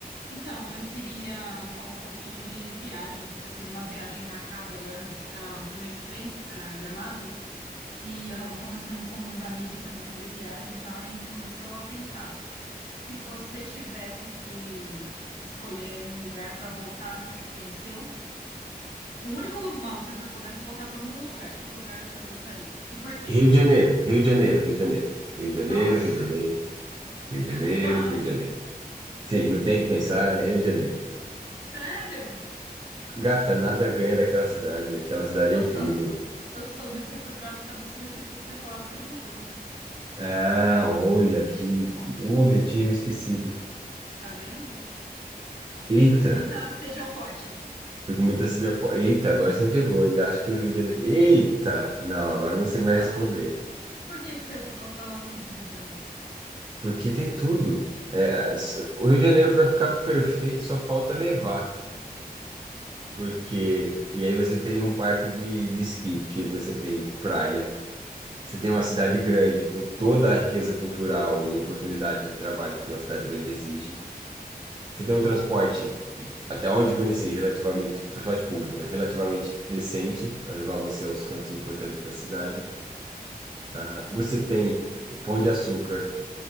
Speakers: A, on the left (about 75°); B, on the right (about 30°).
A: Então, eu queria falar um pouquinho de viagem, porque eu tenho uma viagem marcada agora para o mês que vem, para Gramado, e eu estava conversando com uns amigos também sobre viagem e tal, e a gente começou a pensar, se você tivesse que escolher um lugar para voltar que você já conheceu, o único lugar, se você pudesse voltar para um lugar, que lugar você voltaria? E por quê?
B: Rio de Janeiro, Rio de Janeiro, Rio de Janeiro, Rio de Janeiro,
A: Nossa,
B: Rio de Janeiro, Rio de
A: <laughs>
B: Janeiro,
A: tão rápido.
B: Rio de Janeiro. Sim, não tem que pensar, é Rio de Janeiro.
A: Sério?
B: Gata, nada ganha daquela cidade, aquela cidade
A: Eu
B: é incrível.
A: sou, eu soube que você foi para África do Sul, pensei que você ia falar África do Sul.
B: Ah, olha que, olha, tinha me esquecido.
A: Tá vendo?
B: Eita,
A: Foi com muita sede ao pote.
B: fui com muita sede. ao po- Eita, agora você me pegou, ainda acho que o Rio de Janeiro. Eita, não, agora eu não
A: Então,
B: sei mais responder,
A: mas por que que você ficou tão assim com o Rio de Janeiro?
B: porque tem tudo. É, as- o Rio de Janeiro, para ficar perfeito, só falta nevar. Porque. E aí você teria um parque de, de esqui, que você tem praia. Você tem uma cidade grande com toda a riqueza cultural e oportunidade de trabalho que uma cidade grande exige. Você tem um transporte, que, até onde conheci, relativamente, transporte público, né? Relativamente decente para levar você aos cantos importantes da cidade. Ah, você tem o Pão de Açúcar,